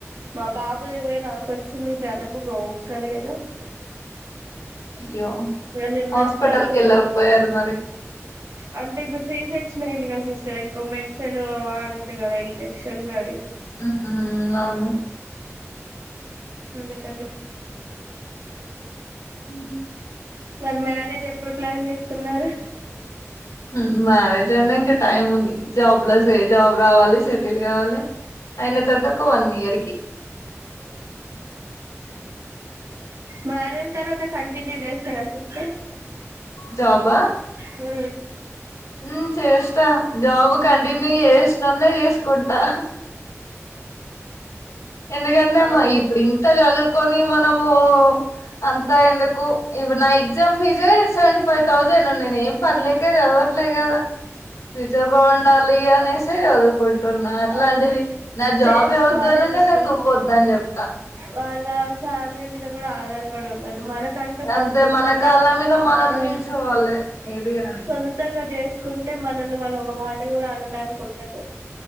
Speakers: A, on the right; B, on the left.
A: మా బాబుది పోయి నాకొచ్చింది జలుబు ఓపిక లేదు
B: అయ్యో
A: నిన్నంతా
B: హాస్పెటల్
A: అసలు
B: ఎల్లక పోయారు మరి
A: అంటే ఇప్పుడు సి సెక్షన్ అయ్యింది గా సిస్టర్ ఎక్కువ మెడిసిన్ వాడొద్దు కదా ఇంజెక్షన్స్ అవి
B: ఉ ఊ అవును
A: అందుకని
B: ఊ
A: మరి మ్యారేజ్ ఎప్పుడు ప్లాన్ చేస్తున్నారు
B: హుమ్ మ్యారేజ్ అంటే ఇంకా టైం ఉంది జాబ్ లో సే జాబ్ రావాలి సెటిల్ కావాలి అయిన తర్త ఒక వన్ ఇయర్ కి
A: మ్యార్ అయిన తర్వాత కంటన్యూ చేస్తారా సిస్టర్
B: జాబ్ ఆ
A: ఊ
B: ఉమ్ చేస్తా జాబ్ కంటిన్యూ చేసినోన్నే చేసుకుంటా ఎందుకంటే
A: అవును
B: మ ఇప్పుడు ఇంత చదువుకోని మనము అంతా ఎందుకు ఇప్పుడు నా ఎగ్జామ్ ఫీజే సెవెంటీ ఫైవ్ థౌజండ్ నేను ఏం పనిలేకే చదవ ట్లే కదా ఫ్యూచర్ బావుండాలి అనేసే <inaudible> కుంటున్నా అట్లాంటిది
A: అవును
B: నా జాబ్
A: చేసుకోవాలి
B: ఏ వద్దు <unintelligible>
A: సిస్టర్
B: నువ్వు వద్దు అని చెప్తా
A: వాళ్ళ శాలరీ మీద కూడా ఆధారపడి ఉండ మనకంటూ మన
B: అంతే
A: సొంతంగా
B: కాళ్ళ మీద మనం
A: ఆ
B: నిల్చోవాలి ఏది గాని
A: సొంతంగా చేస్ కుంటే మనల్ని మనం ఒక మాట కూడా అనడానికి ఉండదు